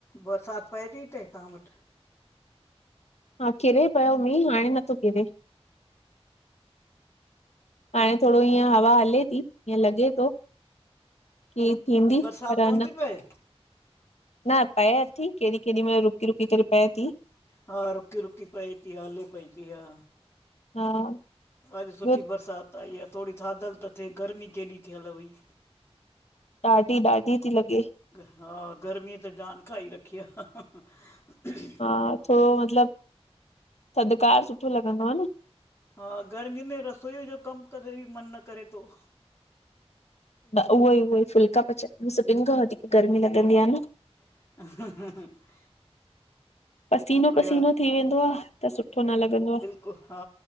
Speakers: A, on the left; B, on the left.
A: बरसाति पए ती इते तव्हां वटि?
B: हा किरे पियो मींह हाणे नथो किरे। हाणे थोङो हिअं हवा हले ति हिअं लॻे तो। कि थींदी
A: त बरसाति
B: पर
A: कोन
B: न
A: थी पए
B: न, पए अथी केॾी केॾी महिल रुकी रुकी करे पए ति।
A: हा रुकी रुकी पए ती, हले पई ती हा।
B: हा
A: अॼु सुठी
B: ॿियो
A: बरसाति आई आ, थोरी थाधल त थे गर्मी केॾी थियल हुई।
B: ॾाढी ॾाढी ति लॻे।
A: हा गर्मीअ त जान खाई रखी आ। ह ह ह
B: हा थोरो मतिलबु थधकार सुठो लॻंदो आ न।
A: हा गर्मी में रसोईअ जो कमु करेई बि मन न करे तो।
B: उहोई उहोई फुलका पचाइ सभिनि खां वधीक गर्मी लॻंदी आ न।
A: ह ह ह
B: पसीनो पसीनो
A: हा
B: थी वेंदो आ, त सुठो न लॻंदो आ।
A: कु हा